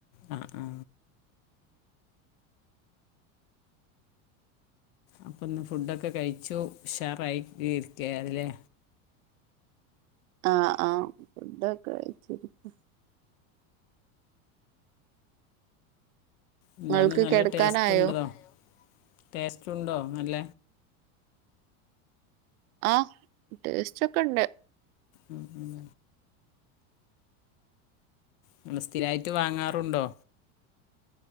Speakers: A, on the left (about 75°); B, on the right (about 80°).
A: ആ ആ അപ്പൊ ഒന്ന് ഫുഡൊക്കെ കഴിച്ചു ഉഷാറായി ഇരിക്ക അതിലേ
B: ആഹ ആഹ ഫക്കെഴച്ചിരിക്ക
A: എന്താണ്
B: ഇങ്ങൾക്ക്
A: നല്ല
B: കെടക്കാനായോ
A: ടേസ്റ്റ് ഉണ്ടതോ ടേസ്റ്റ് ഉണ്ടോ നല്ല
B: ആഹ ടേസ്റ്റ് ഒക്കെ ഉണ്ട്
A: ഉം ഉം നിങ്ങ സ്ഥിരായിട്ട് വാങ്ങാറുണ്ടോ